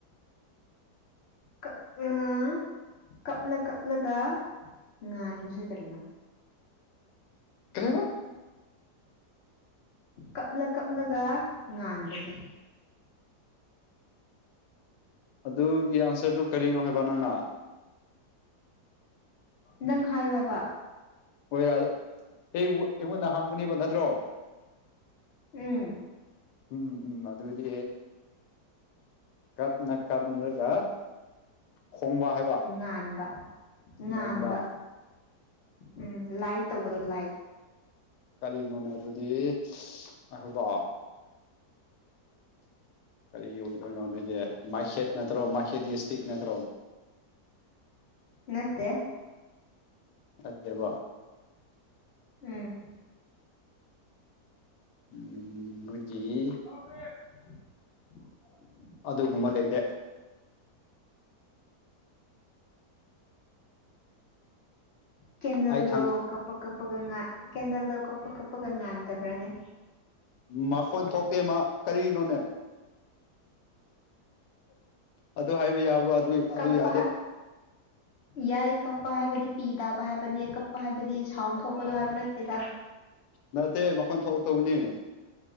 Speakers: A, on the left; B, on the left.
A: ꯀꯥ ꯎꯝ ꯀꯞꯂ ꯀꯞꯂꯒ ꯉꯥꯟꯕꯁꯦ ꯀꯔꯤꯅꯣ
B: ꯀꯔꯤ ꯍꯥꯏꯕ
A: ꯀꯞꯂ ꯀꯞꯂꯒ ꯉꯥꯟꯕꯁꯦ
B: ꯑꯗꯨꯒꯤ ꯑꯟꯁꯔꯗꯨ ꯀꯔꯤꯅꯣ ꯍꯥꯏꯕ ꯅꯪꯅ
A: ꯅꯪ ꯍꯥꯏꯌꯣ ꯍꯥꯏꯕ
B: ꯍꯣꯏ ꯌꯥ <unintelligible> ꯑꯩꯉꯣꯟꯗ ꯍꯥꯡꯕꯅꯦꯕ ꯅꯠꯇ꯭ꯔꯣ
A: ꯎꯝ
B: ꯎꯝ ꯎꯝ ꯑꯗꯨꯗꯤ ꯀꯥꯞꯅ ꯀꯥꯞꯅꯒ ꯈꯣꯡꯕ ꯍꯥꯏꯕ
A: ꯉꯥꯟꯕ ꯉꯥꯟꯕ
B: ꯉꯟꯕ
A: ꯎꯝ ꯂꯥꯏꯠ ꯇꯧꯕꯗꯣ ꯂꯥꯏꯠ
B: ꯀꯔꯤꯅꯣꯅꯦ ꯑꯗꯨꯗꯤ ꯉꯥꯏꯈꯣ ꯀꯣ ꯀꯔꯤꯒꯤ ꯑꯣꯏꯗꯣꯏꯅꯣ ꯑꯗꯨꯑꯣꯏꯗꯤ ꯃꯩꯈꯦꯠ ꯅꯠꯇ꯭ꯔꯣ ꯃꯩꯈꯦꯠꯒꯤ ꯏꯁꯇꯤꯛ ꯅꯠꯇ꯭ꯔꯣ
A: ꯅꯠꯇꯦ
B: ꯅꯠꯇꯕ
A: ꯎꯝ
B: ꯎꯝ ꯃꯣꯏꯒꯤ
A: <inaudible>
B: ꯑꯗꯨꯒꯨꯝꯕ ꯂꯩꯇꯦ
A: ꯀꯦꯟꯗꯜꯗꯣ
B: ꯑꯩ ꯈꯪ
A: ꯀꯄ ꯀꯞꯄꯒ ꯉꯥ ꯀꯦꯟꯗꯜꯗꯣ ꯀꯞꯄ ꯀꯞꯄꯒ ꯉꯥꯟꯗꯕ꯭ꯔꯥꯅꯦ
B: ꯃꯈꯣꯟ ꯊꯣꯛꯇꯦ ꯃꯥ ꯀꯔꯤꯅꯣꯅꯦ ꯑꯗꯨ ꯍꯥꯏꯕ ꯌꯥꯕ꯭ꯔꯣ ꯑꯗꯨ ꯑꯗꯨ
A: ꯀꯞꯄꯥ
B: ꯌꯥꯗꯦ
A: ꯌꯥꯏ ꯀꯞꯄ ꯍꯥꯏꯕꯗꯤ ꯄꯤ ꯇꯥꯕ ꯍꯥꯏꯕꯅꯦ ꯀꯞꯄ ꯍꯥꯏꯕꯗꯤ ꯁꯥꯎꯟ ꯊꯣꯛꯄꯗꯣ ꯍꯥꯏꯕ ꯅꯠꯇꯦꯗ
B: ꯅꯠꯇꯦ ꯃꯈꯣꯟ ꯊꯣꯛꯇꯧꯕꯅꯤ